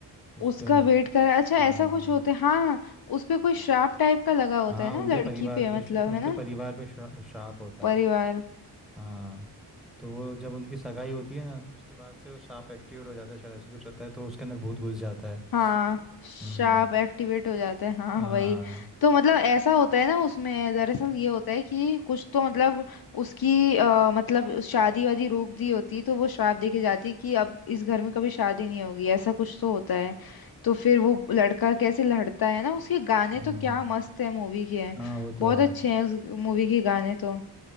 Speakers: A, in the centre; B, on the left.
A: उस
B: उसका
A: पे
B: वेट कर अच्छा
A: हम्म
B: ऐसा कुछ होता है हाँ हाँ, उस पे कोई श्राप टाइप का लगा होता
A: हाँ
B: है ना
A: उनके
B: लड़की
A: परिवार
B: पे
A: पे
B: मतलब
A: श- उनके
B: है ना
A: परिवार पे श्रा- श्राप होता
B: परिवार
A: है हाँ तो वो जब उनकी सगाई होती है ना उसके बाद से वो श्राप एक्टिवेट हो जाता है शायद ऐसा कुछ होता है तो उसके अंदर भूत घुस जाता है
B: हाँ शार्प
A: हम्म
B: एक्टिवेट हो जाते हैं हाँ
A: हाँ
B: वही तो मतलब ऐसा होता है ना उसमें दरअसल ये होता है कि कुछ तो मतलब उसकी अ, मतलब उस शादी वादी रोक दी होती तो वो श्राप देके जाती कि अब इस घर में कभी शादी नहीं होगी ऐसा कुछ तो होता है तो फिर वो लड़का कैसे लड़ता है ना उसके गाने
A: हम्म
B: तो क्या मस्त है मूवी के हैं
A: हाँ वो तो
B: बहुत
A: है
B: अच्छे हैं उस मूवी के गाने तो